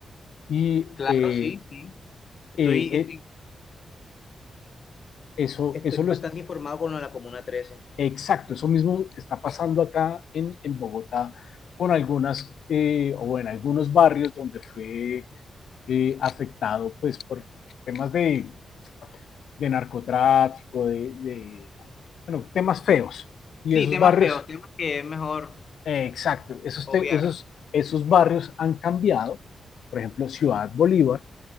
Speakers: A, on the left; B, on the left.
A: Y
B: Claro,
A: eh,
B: sí, sí. Estoy,
A: eh, eh,
B: estoy,
A: eso,
B: estoy
A: eso lo
B: bastante
A: es,
B: informado con lo de la Comuna trece
A: exacto, eso mismo está pasando acá en, en Bogotá con algunas eh, o en algunos barrios donde fue eh, afectado pues por temas de, de narcotráfico, de, de bueno, temas feos. Y
B: Sí,
A: esos
B: temas
A: barrios
B: feos, temas que es mejor
A: Eh, exacto, esos,
B: obviar.
A: te- esos, esos barrios han cambiado, por ejemplo, Ciudad Bolívar,